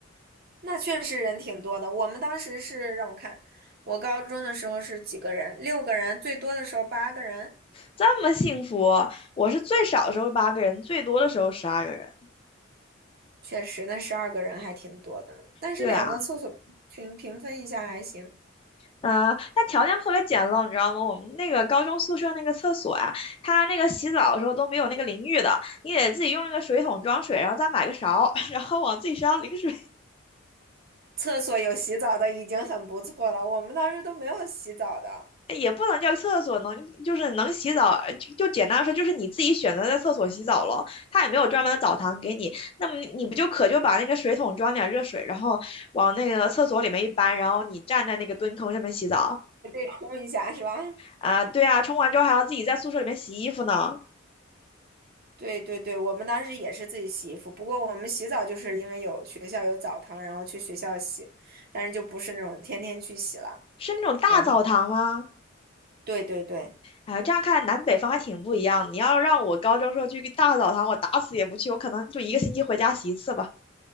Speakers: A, on the right; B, on the left.
A: 那确实人挺多的。我们当时是让我看，我高中的时候是几个人，六个人，最多的时候八个人，
B: 这么幸福。我是最少的时候八个人，最多的时候十二个人。
A: 确实那十二个人还挺多的，但是两个厕所。
B: 对啊，
A: 群平分一下还行。
B: 嗯、那条件特别简陋，你知道吗？我们那个高中宿舍那个厕所呀、它那个洗澡的时候都没有那个淋浴的，你得自己用那个水桶装水，然后再买个勺，<laughs> 然后往自己身上淋水。
A: 厕所有洗澡的已经很不错了，我们当时都没有洗澡的，
B: 也不能叫厕所，能就是能洗澡，呃就就简单说，就是你自己选择在厕所洗澡了，他也没有专门的澡堂给你，那么你不就可就把那个水桶装点热水，然后往那个厕所里面一搬，然后你站在那个蹲坑上面洗澡
A: 我得冲一下是吧？
B: 啊？对啊，冲完之后还要自己在宿舍里面洗衣服呢，
A: 对对对，我们当时也是自己洗衣服，不过我们洗澡就是因为有学校有澡堂，然后去学校洗，但是就不是那种天天去洗了。
B: 是那种大澡堂吗？
A: 然后，对对对
B: 哎，这样看来南北方还挺不一样。你要让我高中时候去个大澡堂，我打死也不去，我可能就一个星期回家洗一次吧。